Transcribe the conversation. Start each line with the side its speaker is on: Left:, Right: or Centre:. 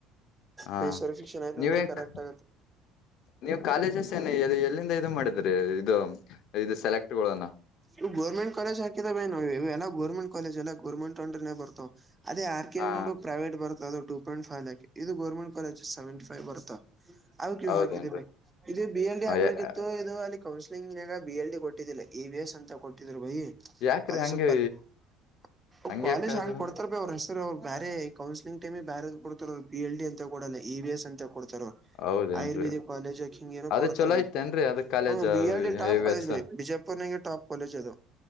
Left: ಹಾ
Right: ಫೇಸ್ ವೆರಿಫಿಕೇಶನ್ ಆಯ್ತ
Left: ನ್ಯೂಯಾರ್ಕ್
Right: ಅಂದ್ರೆ ಕರೆಕ್ಟ್ ಆಗತ್ತೆ
Left: ನೀವು ಕಾಲೇಜಸ್ ಏನ ಎಲ್ಲಿಂದ ಇ ಮಾಡಿದ್ರಿ ಇದು ಇದು ಸೆಲೆ ಎಕ್ಟ್ಗೋಣ
Right: ಇವು ಗೌರ್ಮೆಂಟ್ ಕಾಲೇಜ್ ಹಾದದ ಬೇ ನಾವು ಎಲ್ಲ ಗೋರ್ಮೆಂಟ್ ಕಾಲೇಜ ಎಲ್ಲ ಗರ್ಮೆಂಟ್ ಅಂದ್ರೆೇ ಬರ್ತಾವ ಅದೇ ಆರ್ ಕೆ
Left: ಹಾ
Right: ಡು ಪ್ರೈವೇಟ್ ಬತ ಅದುಟೂ ಪಾಯಿಂ ವ್ ಇದು ಗರ್ಮೆಂಟ್ ಕಾಲಜ್ ಸವೆಂಟಿ ವ್ ಬತ್ತಾ ಅ ಕವು
Left: ಹೌದೇನ್ರಿ
Right: ಹಾಕಿದ್ದ ಬಕ್ ಇದು ಬಿ ಎಲ್ಡಿ
Left: ಆ,
Right: ಹಾಕ್ಬೇಕಿತ್ತು
Left: ಯಾ-
Right: ಇದು ಅಲ್ಲಿ ಕೌ ನ್ಯಾಗ ಬಿ ಎಲ್ ಡಿ ಕೊಟ್ಟಿದ್ದಿಲ್ಲ ಎ ವಿ ಎಸ್ ಅಂತ ಕೊಟ್ಟಿದ್ರು ಬೈ
Left: ಯಾಕ್ರಿ
Right: ಅದು
Left: ಹಂಗೆ
Right: ಸ್ವಲ್ಪ ಅ ಒಬ್
Left: ಹಂಗ
Right: ಕಾಲೇಜ್
Left: ಯಾಕ
Right: ಹಾಕೊಡ್ತಾರ
Left: ಅದು
Right: ಭ ಅವ್ರ ಹೆಸರು ಅವ್ರು ಬೇರೆ ಕೌನ್ಸಲಿಂಗ್ ಟಮ ಬಾರ ಕೊಡ್ತ ಬಿ ಎಲ್ ಡಿ ಅಂತ ಕೊಡಲ್ಲ ಇ ವಿ ಎಸ್ ಅಂತ ಕೊಡ
Left: ಹೌದೇನ್ರಿ
Right: ಆಯುರ್ವೇದಿಕ್ ಕಾಲೇಜ್ ಹಿಂಗ ಏನೋ
Left: ಅದು
Right: ಕೊಡ್ತಾರ
Left: ಚಲೋ
Right: ಭ
Left: ಐತೆೇನ್ರೀ ಅದ ಕಾಲೇಜ್
Right: ಹ ಬಿ ಟಪ್ ಕಾಲಜ್
Left: ಎಸ್
Right: ಭೈ ಬಿಜಾಪುರ್ ನಗೆ ಟಾಪ್ ಕಾಲೇಜ್ ಅದು